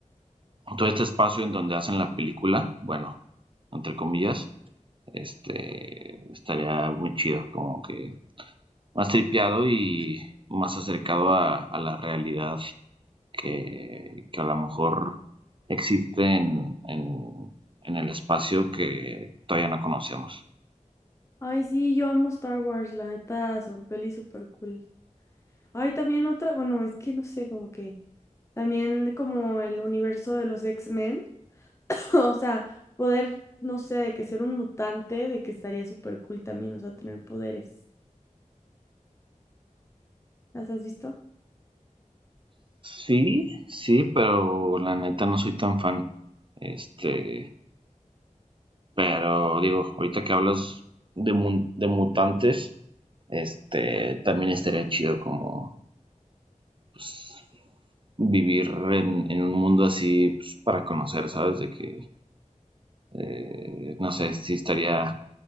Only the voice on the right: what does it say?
todo este espacio en donde hacen la película, bueno, entre comillas, este, estaría muy chido, como que más tripeado y más acercado a, a la realidad que, que, a lo mejor existe en, en, en el espacio que todavía no conocemos.
Sí, sí, pero la neta no soy tan fan. Este, pero digo, ahorita que hablas de, mun- de mutantes, este, también estaría chido como pues, vivir en, en un mundo así pues, para conocer, ¿sabes? De que, eh, no sé, si estaría,